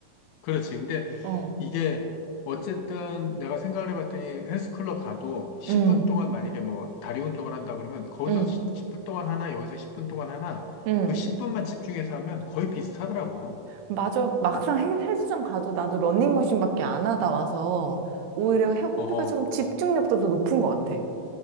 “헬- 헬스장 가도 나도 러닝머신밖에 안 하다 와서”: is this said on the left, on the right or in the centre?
Right